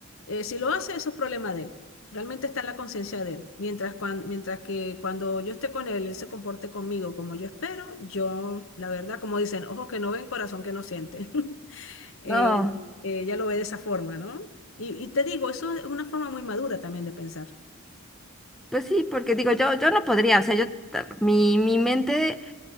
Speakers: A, on the left; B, in the centre.
A: eh, si lo hace, eso es problema de él. Realmente está en la conciencia de él. Mientras, cuan- mientras que cuando yo esté con él, él se comporte conmigo como yo espero, yo, la verdad, como dicen, ojos que no ven, corazón que no siente. <laughs> Eh,
B: no,
A: ella lo ve de esa forma, ¿no? Y, y te digo, eso es una forma muy madura también de pensar.
B: pues sí, porque digo, yo, yo no podría, o sea, yo, ta- mi, mi mente